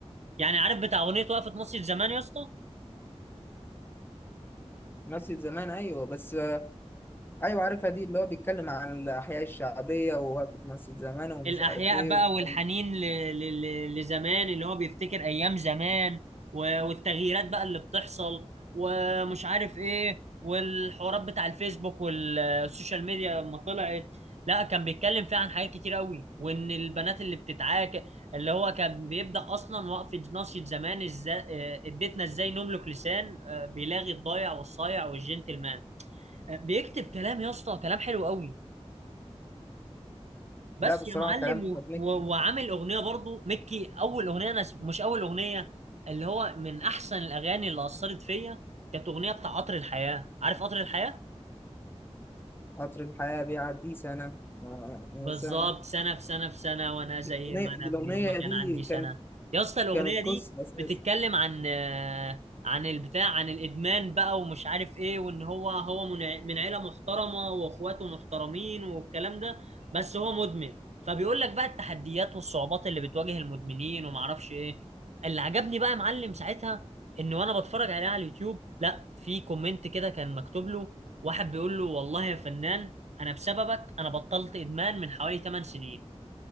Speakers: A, on the right; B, on the left.
A: يعني عارف بتاع اغنيه وقفت مصر زمان يا اسطى
B: مثل زمان أيوه بس ايوه عارفها دي اللي هو بيتكلم عن الاحياء الشعبيه ووقفه مسجد زمان ومش
A: الأحياء
B: عارف ايه
A: بقى
B: والكلام.
A: والحنين
B: ده.
A: ل... ل... ل... لزمان اللي هو بيفتكر أيام زمان و... والتغييرات بقى اللي بتحصل ومش عارف إيه والحوارات بتاع الفيسبوك والسوشيال ميديا لما طلعت لا كان بيتكلم فيها عن حاجات كتير قوي وإن البنات اللي بتتعاك اللي هو كان بيبدأ أصلا وقفة ناصية زمان إزاي آه، اديتنا إزاي نملك لسان آه، بيلاغي الضايع والصايع والجنتلمان آه، بيكتب كلام يا اسطى كلام حلو قوي بس
B: لا بصراحه
A: يا معلم
B: كلام احمد
A: و...
B: مكي
A: و... وعامل اغنيه برضو ميكي اول اغنيه انا س- مش اول اغنيه اللي هو من احسن الاغاني اللي اثرت فيا كانت اغنيه بتاع قطر الحياه عارف قطر الحياه
B: قطر الحياه بيعدي سنه آه، آه،
A: بالظبط
B: سنه
A: سنة في سنة في سنة وأنا زي
B: الاغنيه
A: ما أنا
B: الأغنية
A: من يوم ما كان
B: دي
A: عندي
B: كانت
A: سنة يا اسطى الأغنية
B: كانت
A: دي
B: قصه اساسا
A: بتتكلم عن آه، عن البتاع عن الإدمان بقى ومش عارف إيه وإن هو هو من ع- من عيلة محترمة وإخواته محترمين والكلام ده بس هو مدمن فبيقول لك بقى التحديات والصعوبات اللي بتواجه المدمنين ومعرفش إيه اللي عجبني بقى يا معلم ساعتها إن وأنا بتفرج عليها على اليوتيوب لا في كومنت كده كان مكتوب له واحد بيقول له والله يا فنان انا بسببك انا بطلت ادمان من حوالي 8 سنين